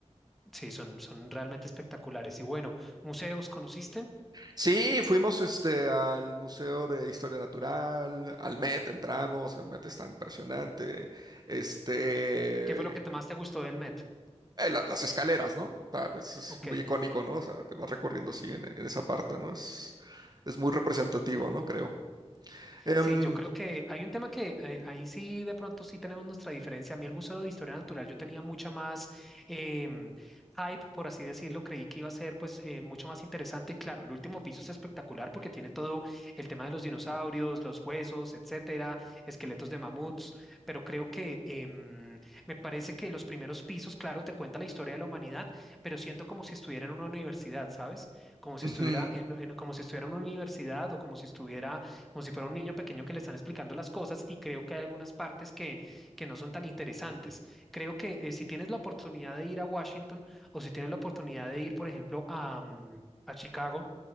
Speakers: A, in the centre; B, on the right.
A: Sí, son, son realmente espectaculares. Y bueno, museos, ¿conociste?
B: Sí, fuimos este, al Museo de Historia Natural, al Met, entramos, el Met está impresionante. Este,
A: ¿Qué fue lo que te más te gustó del Met?
B: eh, la- las escaleras, ¿no? O sea, es, es
A: Ok.
B: muy icónico, ¿no? O sea, te vas recorriendo así en, en esa parte, ¿no? Es, es muy representativo, ¿no? Creo. Em,
A: Sí, yo creo que hay un tema que eh, ahí sí de pronto sí tenemos nuestra diferencia. A mí el Museo de Historia Natural yo tenía mucha más em, hype, por así decirlo. Creí que iba a ser pues eh, mucho más interesante. Claro, el último piso es espectacular porque tiene todo el tema de los dinosaurios, los huesos, etcétera, esqueletos de mamuts. Pero creo que em, me parece que los primeros pisos, claro, te cuenta la historia de la humanidad, pero siento como si estuviera en una universidad, ¿sabes? Como si
B: ujú,
A: estuviera en, en- como si estuviera en una universidad o como si estuviera como si fuera un niño pequeño que le están explicando las cosas y creo que hay algunas partes que, que no son tan interesantes. Creo que eh, si tienes la oportunidad de ir a Washington o si tienes la oportunidad de ir, por ejemplo, a, mm, a Chicago,